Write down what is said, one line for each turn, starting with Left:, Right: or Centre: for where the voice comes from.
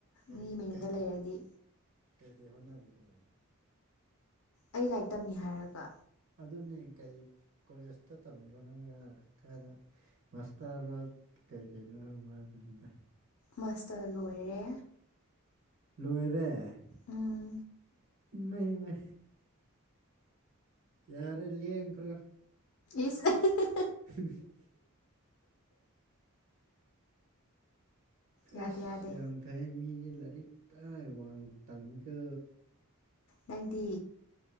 Right: ꯀꯩ
Left: ꯃꯤ ꯃꯌꯨꯝꯗ
Right: ꯀꯩꯀꯩ
Left: ꯂꯩꯔꯗꯤ
Right: ꯀꯩꯀꯔꯤ ꯍꯣꯠꯅꯔꯤꯒꯦ
Left: ꯑꯩ ꯂꯥꯏꯔꯤꯛ ꯇꯝꯃꯤ ꯍꯥꯏꯔꯒ
Right: ꯑꯗꯨꯅꯦ ꯀꯩ ꯀꯣꯂꯦꯖꯇ ꯇꯝꯕꯤꯔꯣ ꯅꯠꯇ꯭ꯔꯒ ꯀꯗ ꯃꯥꯁꯇꯔ ꯀꯩꯀꯩꯅꯣ ꯍꯥꯏꯕ ꯍꯥꯏꯕꯗꯨꯗ
Left: ꯃꯥꯁꯇ ꯂꯣꯏꯔꯦ
Right: ꯂꯣꯏꯔꯦ
Left: ꯎꯝ
Right: ꯏ ꯃ ꯃ ꯌꯥꯔꯦ ꯂꯦꯡꯈ꯭ꯔꯣ
Left: ꯏꯁ <unintelligible>
Right: <unintelligible>
Left: ꯌꯥꯗꯦ
Right: ꯑꯁ
Left: ꯌꯥꯗꯦ
Right: ꯌꯥꯝ ꯐꯩ ꯃꯤꯗꯤ ꯂꯥꯏꯔꯤꯛ ꯇꯥꯏ ꯋꯥꯡꯅ ꯇꯝꯃꯤꯀꯣ
Left: ꯅꯪꯗꯤ